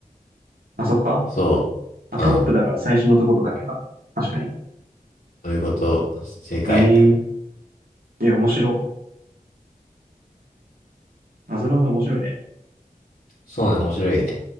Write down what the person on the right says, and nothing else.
あ、そっか。
あ、トップだから最初のところだけか確かに。
えー、いや、面白。なぞなぞ面白いね。